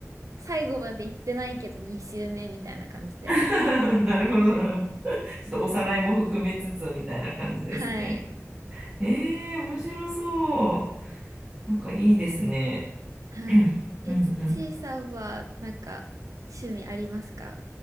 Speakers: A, on the right; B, on the right.
A: 最後まで行ってないけど2週目みたいな感じで。
B: <laughs> なるほど、なるほど。ちょっとおさらいも含めつつみたいな感じですね。
A: はい。
B: えー、面白そう。なんかいいですね。
A: はい。
B: <clears throat>
A: え、
B: うんうん。
A: ち、ちいさんはなんか趣味ありますか